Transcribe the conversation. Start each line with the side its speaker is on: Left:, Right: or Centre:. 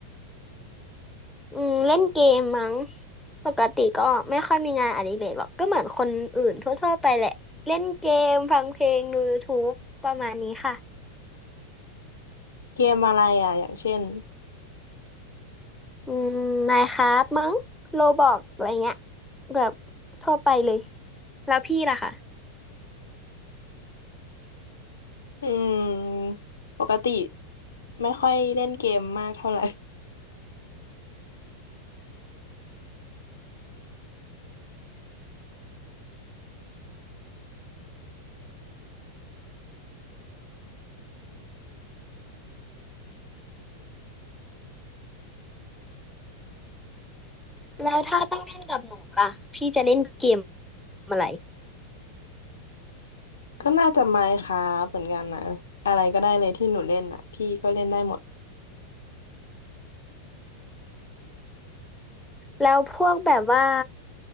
Centre: อืมเล่นเกมมั้งปกติก็ไม่ค่อยมีงานอดิเรกหรอกก็เหมือนคนอื่นทั่วๆไปแหละเล่นเกมฟังเพลงดู y ู u e ประมาณนี้ค่ะ
Left: เกมอะไรอ่ะอย่างเช่น
Centre: อืมไมน์คราฟมั้งโลบอกอะไรเงี้ยแบบทั่วไปเลยแล้วพี่ล่ะคะ
Left: อืมปกติไม่ค่อยเล่นเกมมากเท่าไหร่
Centre: แล้วถ้าต้องเล่นกับหนูล่ะพี่จะเล่นเกมอะไร
Left: ก็น่าจะไมน์ครัเหมือนกันนะอะไรก็ได้เลยที่หนูเล่นอ่ะพี่ก็เล่นได้หมด
Centre: แล้วพวกแบบว่า